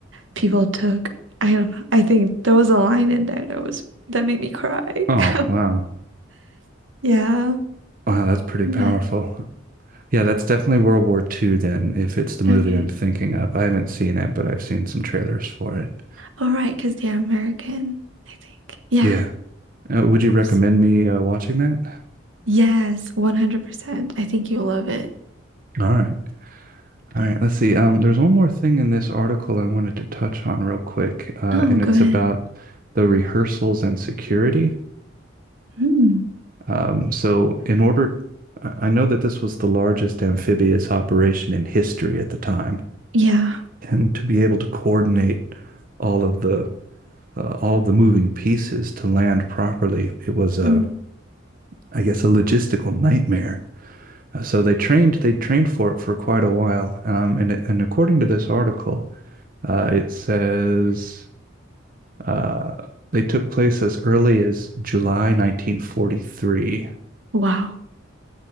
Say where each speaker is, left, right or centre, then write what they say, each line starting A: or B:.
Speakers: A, on the right (about 75°); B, on the right (about 45°).
A: people took. I don't know. I think there was a line in there that was that made me cry.
B: Oh,
A: <laughs>
B: wow.
A: Yeah,
B: Wow, that's pretty
A: but
B: powerful. Yeah, that's definitely World War Two then, if it's the movie
A: okay.
B: I'm thinking of. I haven't seen it, but I've seen some trailers for it.
A: All right, because they're American, I think. Yeah.
B: Yeah. Uh, would you
A: Oops.
B: recommend me uh, watching that?
A: Yes, 100%. I think you'll love it.
B: All right. All right. Let's see. Um, there's one more thing in this article I wanted to touch on real quick, uh,
A: Oh,
B: and
A: go
B: it's
A: ahead.
B: about the rehearsals and security.
A: Mm.
B: Um, so, in order, I I know that this was the largest amphibious operation in history at the time,
A: Yeah.
B: and to be able to coordinate all of the uh, all the moving pieces to land properly. It was a,
A: Mm.
B: I guess, a logistical nightmare. Uh, so they trained, they trained for it for quite a while. Um, and and according to this article, uh, it says uh, they took place as early as July 1943,
A: Wow.